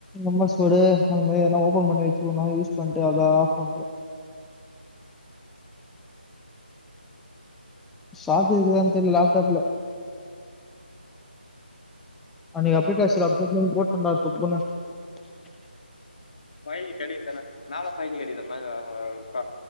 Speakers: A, in the centre; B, on the left (about 45°).
A: எம் எஸ் வேடு அது மாரி எதனா ஓப்பன் பண்ணி வச்சிக்கணு யூஸ் பண்ட்டு அத ஆஃப் பண்ட்டு சார்ஜ் இருக்குதானு தெர்ல லேப்டாப்ல அன்னக்கி அப்டேட் ஆச்சுல அப்டே தூக்கி போட்டண்ணா <unintelligible>
B: ஃபைவ் ஜி கெடைக்கி தான மேல ஃபைவ் ஜி கெடைக்குது மேல ஆ க